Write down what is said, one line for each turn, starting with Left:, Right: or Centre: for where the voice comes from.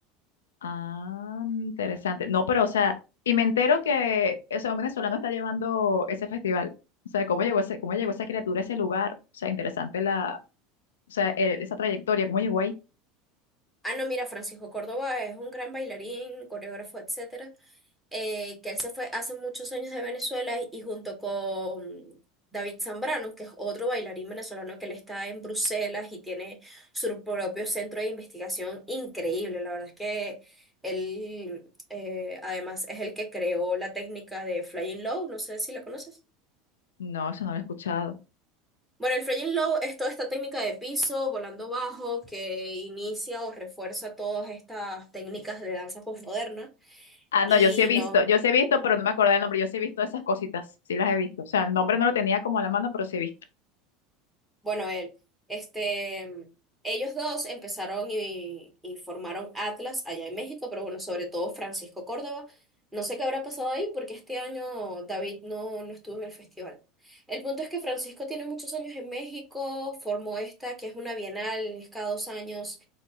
Left: Ah, interesante. No, pero, o sea, y me entero que, o sea, un venezolano está llevando ese festival. O sea, ¿cómo llegó ese, cómo llegó esa criatura a ese lugar? O sea, interesante la, o sea, el- esa trayectoria, ¿cómo llegó ahí?
Centre: Ah, no, mira, Francisco Córdoba es un gran bailarín, coreógrafo, etcétera eh, que él se fue hace muchos años de Venezuela y junto con David Zambrano, que es otro bailarín venezolano que él está en Bruselas y tiene su propio centro de investigación increíble. La verdad es que él, eh, además, es el que creó la técnica de Flying Low, no sé si la conoces.
Left: No, eso no lo he escuchado.
Centre: Bueno, el Flying Low es toda esta técnica de piso, volando bajo, que inicia o refuerza todas estas técnicas de danza postmoderna.
Left: Ah,
Centre: Y
Left: no, yo sí he visto,
Centre: no.
Left: yo sí he visto, pero no me acordaba el nombre. Yo sí he visto esas cositas, sí las he visto. O sea, el nombre no lo tenía como a la mano, pero sí he visto.
Centre: bueno, él, este, ellos dos empezaron y, y formaron Atlas allá en México, pero bueno, sobre todo Francisco Córdoba. No sé qué habrá pasado ahí porque este año David no, no estuvo en el festival. El punto es que Francisco tiene muchos años en México, formó esta que es una bienal, es cada dos años,